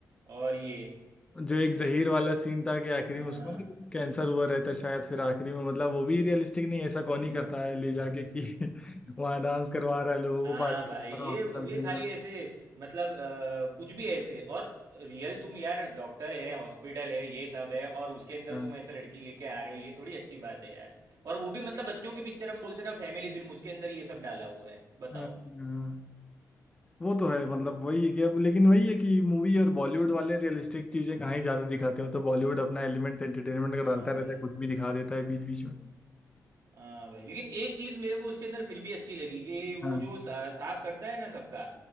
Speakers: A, on the right; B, on the left.
A: और ये
B: जो एक जहीर वाला सीन था कि आखिरी
A: हाँ
B: में उसको ना कैंसर हुआ रहता है शायद फिर आखिरी में मतलब वो भी रियलिस्टिक नहीं है, ऐसा कौन ही करता है ले जाके कि <laughs> वहाँ डांस करवा रहा है लोगों
A: हाँ
B: को पार्टी
A: भाई
B: कर
A: ये
B: रहा है हॉस्पिटल
A: ये
B: के
A: खाली
B: अंदर
A: ऐसे मतलब अ, कुछ भी ऐसे और रियल तुम यार डॉक्टर है हॉस्पिटल है ये सब है और उसके अंदर
B: हाँ
A: तुम ऐसे लड़की लेके आ रहे हो ये थोड़ी अच्छी बात है यार और वो भी मतलब बच्चों की पिक्चर हम बोलते हैं ना फैमिली फिल्म उसके अंदर ये सब डाला हुआ है बताओ
B: हाँ, हाँ। वो तो है मतलब वही है कि अब लेकिन वही है कि मूवी और बॉलीवुड वाले रियलिस्टिक चीजें कहाँ ही ज्यादा दिखाते हो तो बॉलीवुड अपना एलिमेंट एंटरटेनमेंट का
A: हाँ
B: डालता रहता
A: भाई
B: है कुछ भी दिखा देता है बीच बीच में
A: हाँ भाई लेकिन एक चीज़ मेरे को उसके अंदर फिर भी अच्छी लगी कि वो
B: हाँ
A: जो सा, साफ करता है ना सबका